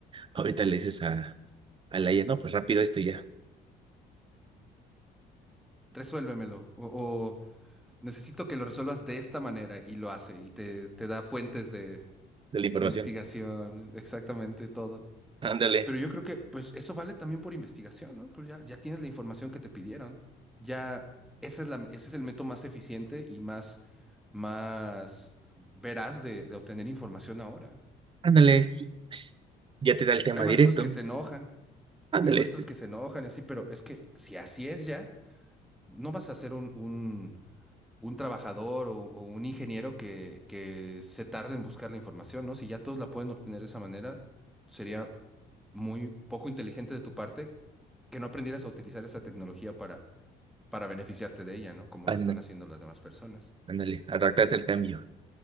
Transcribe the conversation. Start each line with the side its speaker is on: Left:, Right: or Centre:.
Right: Ahorita le dices a, a la IA, no, pues rápido esto ya.
Centre: resuélvemelo. O, o necesito que lo resuelvas de esta manera y lo hace y te, te da fuentes de,
Right: de la información.
Centre: de investigación, exactamente todo.
Right: Ándale,
Centre: Pero yo creo que pues eso vale también por investigación, ¿no? Pues ya, ya tienes la información que te pidieron. Ya esa es la, ese es el método más eficiente y más, más veraz de, de obtener información ahora.
Right: ándale, sí, pues, ya te da el tema
Centre: hay maestros
Right: directo.
Centre: que se enojan,
Right: Ándale,
Centre: hay maestros
Right: este.
Centre: que se enojan y así, pero es que si así es ya, no vas a ser un, un, un trabajador o, o un ingeniero que, que se tarde en buscar la información, ¿no? Si ya todos la pueden obtener de esa manera, sería muy poco inteligente de tu parte que no aprendieras a utilizar esa tecnología para, para beneficiarte de ella, ¿no? Como
Right: Ándale,
Centre: lo están haciendo las demás personas.
Right: ándale, adaptarte al cambio.